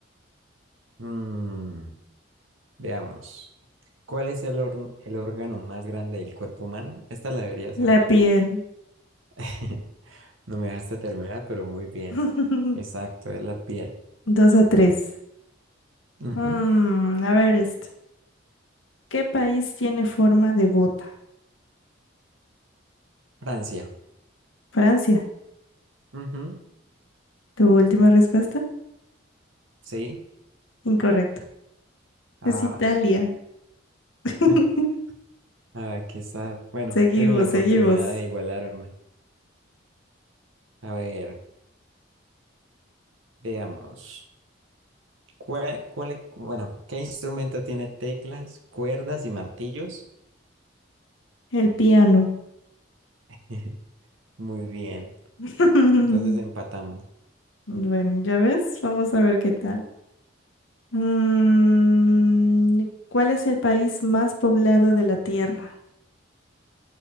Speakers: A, on the right; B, on the left.
A: mm, veamos. ¿Cuál es el, or- el órgano más grande del cuerpo humano? Esta la deberías
B: La
A: saber.
B: piel.
A: <laughs> No me dejaste terminar, pero muy bien.
B: <laughs>
A: Exacto, es la piel.
B: Dos a tres.
A: Ujú.
B: Mm, a ver este. ¿Qué país tiene forma de bota?
A: Francia.
B: Francia.
A: Ujú.
B: ¿Tu última respuesta?
A: Sí.
B: Incorrecto.
A: Ah,
B: Es Italia. <laughs>
A: <laughs> ah, qué sad. Bueno,
B: Seguimos,
A: tiene la oportunidad
B: seguimos.
A: de igualarme. A ver, veamos. ¿Cuál, cuál- e- bueno, ¿qué instrumento tiene teclas, cuerdas y martillos?
B: El piano.
A: <laughs> Muy bien.
B: <laughs>
A: Entonces empatamos.
B: Bueno, ya ves, vamos a ver qué tal. Mm, ¿cuál es el país más poblado de la Tierra?